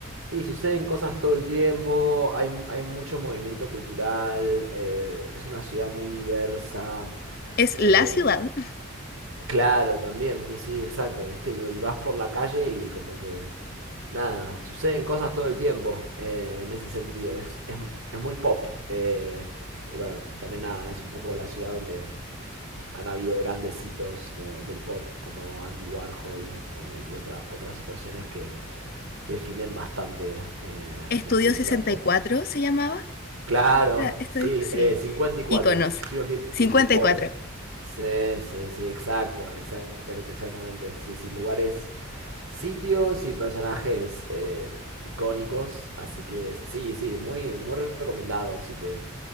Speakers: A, on the right; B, on the left.
A: Y suceden cosas todo el tiempo, hay, hay mucho movimiento cultural, eh, es una ciudad muy diversa.
B: Es
A: eh,
B: la ciudad.
A: Claro, también, sí, exacto, ¿viste? Y, y vas por la calle y como que... Nada, suceden cosas todo el tiempo eh, en ese sentido, es, es- es muy pop. eh, y bueno, también nada, es un poco la ciudad donde han habido grandes hitos de- del pop como Andy Warhol eh, y otra, otras situaciones que definen bastante eh,
B: Estudio
A: la cultura
B: sesenta
A: pop.
B: y cuatro se llamaba.
A: Claro,
B: Esta, esta
A: sí,
B: dis- sí,
A: eh, 54,
B: íconos.
A: Studio fi-
B: cincuenta
A: 54.
B: y cuatro
A: Sí, sí, sí, exacto, exacta- exactamente. Sí, sí, lugares, sitios y personajes eh, icónicos. Así que sí, sí, muy, muy recomendado si te,